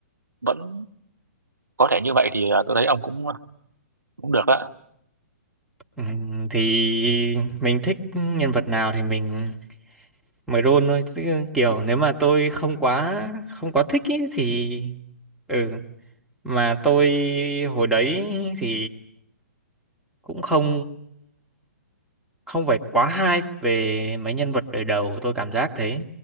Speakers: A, on the right; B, in the centre.
A: vẫn có thể như vậy thì ờ, tôi thấy ông cũng cũng được á
B: Ừm, thì mình thích nhân vật nào thì mình mới roll thôi Chứ kiểu nếu mà tôi không quá không quá thích ý, thì ừ mà tôi hồi đấy thì cũng không không phải quá hay về mấy nhân vật đời đầu tôi cảm giác thế